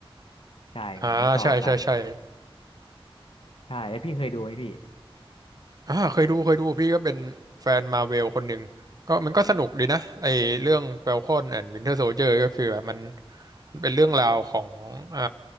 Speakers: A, on the left; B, on the right.
A: ใช่เหมือนมันต่อกัน
B: อ่าใช่ใช่ใช่
A: ใช่แล้วพี่เคยดูไหมพี่
B: อ่าเคยดูเคยดูพี่ก็เป็นแฟนมาเวลคนหนึ่งก็มันก็สนุกดีนะไอเรื่อง Falcon and Winter Soldier ก็คือแบบมัน มันเป็นเรื่องราวของอ่า